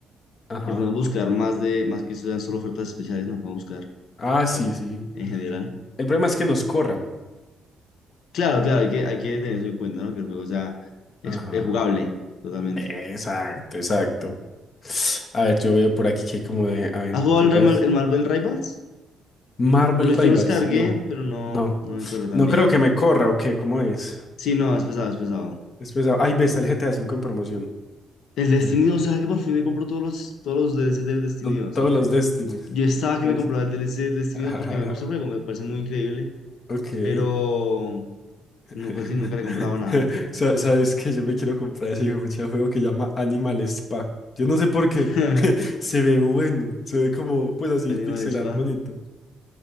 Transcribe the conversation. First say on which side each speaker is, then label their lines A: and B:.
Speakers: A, on the left (about 50°); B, on the left (about 75°).
A: Ajá.
B: que podemos buscar más de, más que sean solo ofertas especiales, no podemos buscar
A: Ah, sí,
B: todo
A: sí.
B: en general.
A: El problema es que nos corran.
B: Claro, claro, hay que, hay que tener eso en cuenta, ¿no? Que el juego sea es,
A: Ajá.
B: es jugable totalmente.
A: Exacto, exacto. A ver, yo veo por aquí que hay como de aventuras.
B: ¿Has jugado el, Rema- el Marvel Rivals?
A: Marvel
B: Yo, lo- yo
A: Rivals,
B: lo descargué,
A: no,
B: pero no,
A: no,
B: no me corre tan
A: no
B: bien.
A: creo que me corra o qué, ¿cómo es?
B: Sí, no, es pesado, es pesado.
A: Después, ahí ves está el GTA V en promoción.
B: El Destiny
A: <laughs>
B: 2, ¿será que por fin me compro todos los, todos los DLCs del Destiny
A: To-
B: 2?
A: Todos los Destinies,
B: Yo estaba que
A: pues.
B: me compraba el DLC del Destiny
A: <laughs>
B: 2 porque me gusta el juego, me parece muy increíble
A: Ok.
B: Pero
A: <laughs>
B: no, pues sí, nunca le he comprado nada.
A: Sa- Sabes que yo me quiero comprar ese hijo de juego que llama Animal Spa. Yo no sé por qué.
B: <laughs>
A: Se ve bueno. Se ve como, pues así,
B: Animal
A: pixelar
B: Spa.
A: bonito.